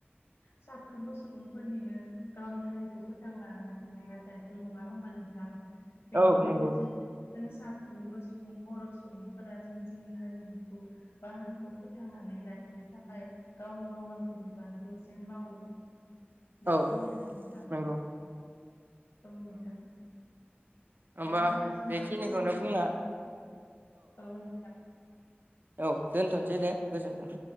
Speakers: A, on the left (about 85°); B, on the right (about 50°).
A: साफ्रोमबो सुबुंफोरनिनो गावनि हारिखौ फोथांना लाखिनाया दायथ' नङा होमबा नोंथां बेनिखायनो
B: औ नंगौ
A: जे जों साफ्रोमबो सुबुं बर' सुबुंफोरा जों जोंनि हारिमुखौ बा हारिखौ फोथांनानै लाखिनो थाखाय गावनि मावनांगौ बिबानखौ जेन मावो बेखिनियानो
B: औ
A: नोंथां
B: नंगौ
A: औ नोंथां
B: होमबा
A: दा होमब्ला जोंहा
B: बेखिनिखौनो
A: समाबो
B: बुंना
A: थौबाय औ नोंथां
B: औ दोनथ'सै दे गोजोनथों